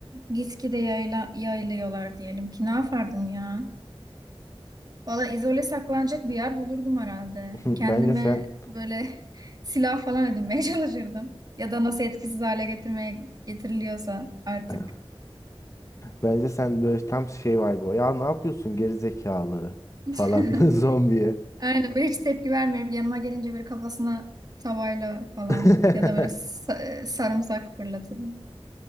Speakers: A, on the right (about 40°); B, on the left (about 30°).
A: gitgide yayla, yayılıyorlar diyelim ki ne yapardım ya? Valla izole saklanacak bir yer bulurdum herhalde.
B: <laughs> Bence
A: Kendime
B: sen
A: böyle <laughs> silah falan edinmeye <laughs> çalışırdım. Ya da nasıl etkisiz hale getirmeye getiriliyorsa artık.
B: <laughs> Bence sen böyle tam şey var bu. Ya ne yapıyorsun geri zekalı
A: <laughs>
B: falan <laughs> zombiye.
A: Aynen böyle hiç tepki vermiyor. Yanıma gelince böyle kafasına tavayla falan
B: <laughs>
A: ya da böyle sa- sarımsak fırlatırım.